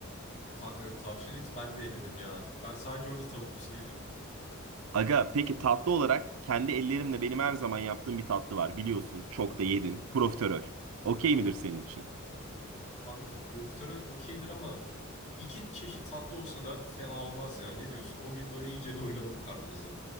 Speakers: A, on the left (about 35°); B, on the right (about 80°).
A: Kanka tavşan eti ben de yemedim ya. Ben sadece orada tavuklusunu yedim.
B: Aga peki tatlı olarak kendi ellerimle benim her zaman yaptığım bir tatlı var biliyorsun. Çok da yedin. Profiterol. Okey midir senin için?
A: Kanka profiterol okeydir ama iki çeşit tatlı olsa da fena olmaz ya. Ne diyorsun? O gün böyle iyice doyuralım karnımızı.